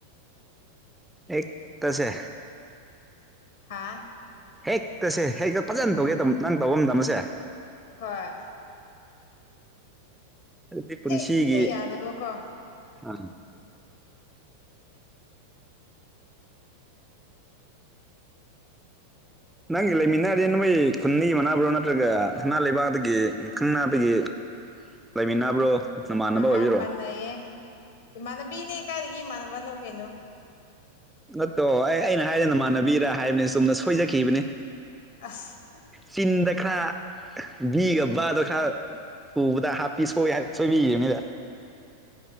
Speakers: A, in the centre; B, on the left (about 55°).
A: ꯑꯦ ꯇꯁꯦ
B: ꯍꯥꯥ
A: ꯍꯦꯛꯇꯁꯦ ꯍꯦꯛꯇ ꯐꯖꯅ ꯇꯧꯒꯦ ꯇ ꯅꯪ ꯇꯧꯕꯐꯝ ꯑꯃꯗꯃꯁꯦ
B: ꯍꯣꯏ
A: ꯑꯗꯨꯗꯤ ꯄꯨꯟꯁꯤꯒꯤ
B: ꯍꯦꯛꯇ ꯌꯥꯗꯕꯀꯣ
A: ꯑ
B: <inaudible>
A: ꯅꯪꯒꯤ ꯂꯩꯃꯤꯟꯅꯔꯦ ꯅꯣꯏ ꯈꯨꯟꯅꯤꯒꯤ ꯃꯅꯥꯕ꯭ꯔꯣ ꯅꯠꯇ꯭ꯔꯒ ꯅꯅꯥ ꯂꯩꯕꯥꯛꯗꯒꯤ ꯈꯪ ꯅꯥꯕꯒꯤ ꯂꯩꯃꯤꯟꯅꯕ꯭ꯔꯣ
B: ꯑꯍꯥ
A: ꯑꯣꯏꯕꯤꯔꯣ
B: ꯃꯥꯟꯅꯩꯌꯦ ꯏꯃꯥꯟꯅꯕꯤꯅꯦ ꯀꯥꯏꯔꯤꯒꯤ ꯏꯃꯥꯟꯅꯕꯅꯣ ꯀꯩꯅꯣ
A: ꯅꯠꯇꯣ ꯑꯩ ꯑꯩꯅ ꯍꯥꯏꯗꯅꯃꯥꯟꯅꯕꯤꯔ ꯍꯥꯏꯕꯅꯤ ꯆꯨꯝꯅ ꯁꯣꯏꯖꯈꯤꯕꯅꯤ
B: ꯑꯁ
A: ꯆꯤꯟꯗ ꯈꯔ ꯕꯤꯒꯕ ꯑꯗ ꯈꯔ ꯊꯨꯕꯗ ꯍꯥꯞꯄꯤ ꯁꯣꯏꯕꯤꯈꯤꯕꯅꯤꯗ